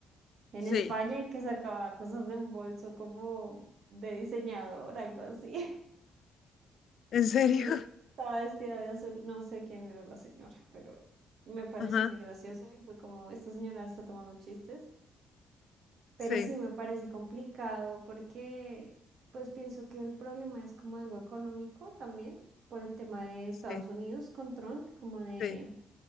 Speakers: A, on the right (about 65°); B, on the left (about 65°).
A: en
B: Sí.
A: España y que sacaba cosas de un bolso como de diseñador, algo así.
B: ¿En serio?
A: Y
B: <laughs>
A: estaba vestida de azul, no sé quién era la señora, pero me pareció
B: Ajá.
A: muy gracioso y fue como, esta señora está tomando chistes, pero
B: Sí,
A: sí me parece complicado porque pues pienso que el problema es como algo económico también por el tema de Estados
B: sí,
A: Unidos con Trump, como de,
B: sí.